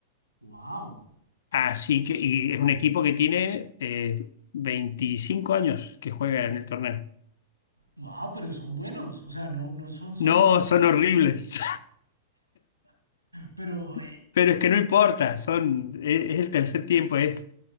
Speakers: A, on the right (about 85°); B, on the left (about 60°).
A: Wow,
B: Así que, y es un equipo que tiene eh, 25 años que juega en el torneo.
A: wow, pero son buenos, o sea, no, no son solo
B: No,
A: los.
B: son horribles,
A: <laughs> Pero,
B: <laughs> pero es que no importa, son, es, es el tercer tiempo, es